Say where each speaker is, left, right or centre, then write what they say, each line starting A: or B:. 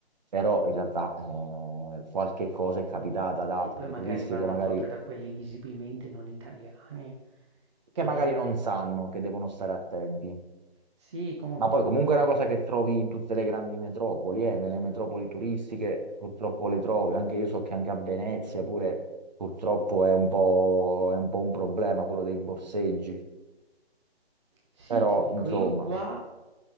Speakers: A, on the right; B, on the right.
A: Però in realtà eh, qualche cosa è capitata ad altri
B: Sì, poi magari
A: turisti
B: vanno
A: che magari,
B: proprio da quelli visibilmente non italiani che
A: che magari non sanno che devono stare attenti.
B: sì, comunque
A: Ma
B: vanno
A: poi comunque
B: da quelli.
A: è una cosa che trovi in tutte le grandi metropoli, eh, nelle metropoli turistiche purtroppo le trovi, anche io so che anche a Venezia pure purtroppo è un po', è un po' un problema quello dei borseggi,
B: Sì,
A: però
B: ti dico,
A: insomma,
B: io qua,